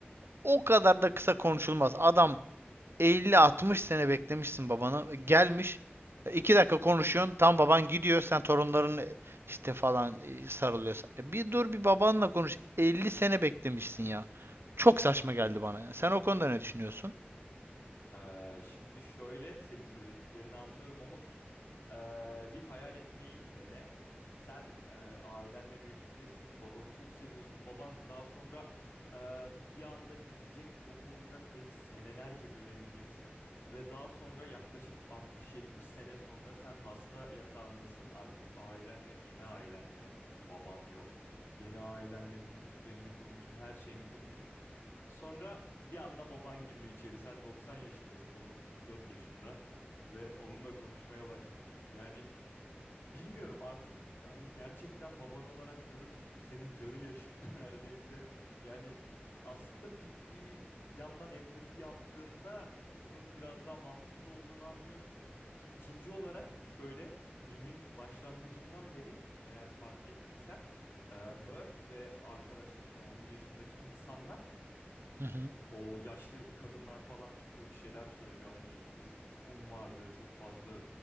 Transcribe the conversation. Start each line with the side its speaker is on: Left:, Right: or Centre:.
Right: o kadar da kısa konuşulmaz. Adam 50-60 sene beklemişsin babana. e, Gelmiş e, 2 dakika konuşuyorsun. Tam baban gidiyor. Sen torunların e, işte falan e, sarılıyorsun. E bir dur bir babanla konuş. 50 sene beklemişsin ya. Çok saçma geldi bana ya. Sen o konuda ne düşünüyorsun?
Left: Ee, şimdi şöyle senin söylediklerini anlıyorum ama bir e, bir hayal etmeyi dene. Sen e, ailenle birliktesin, babanı çok seviyorsun. Baban daha sonra e, bir anda gidecek, yok olacak ve senelerce göremeyeceksin. Ve daha sonra yaklaşık 60-70 sene sonra sen hasta yatağındasın. Artık ailenle, yeni ailenle çünkü baban yok. Yeni ailenle bütün düzenini kurmuşsun, her şeyini kurmuşsun. Sonra bir anda baban giriyor içeri. Sen 90 yaşındasın, baban 34 yaşında ve onunla konuşmaya başlıyorsun. Yani bilmiyorum artık hani gerçekten baban olarak görür müsün? Senin yarı yaşında <laughs> neredeyse. Yani aslında bir, bir yandan empati yaptığında bunun biraz daha mantıklı olduğunu anlıyorsun. Ki ikinci olarak şöyle filmin başlangıcından beri eğer fark ettiysen e, Murph ve arkadaşları yine onun yaşındaki insanlar
Right: Hı hı.
Left: o yaşlı kadınlar falan çıkıyor bir şeyler söylüyor. Hani biz kum vardı çok fazla